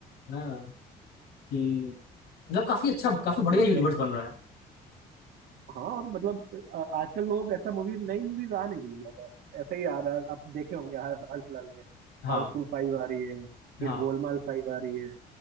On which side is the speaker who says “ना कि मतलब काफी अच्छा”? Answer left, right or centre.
Left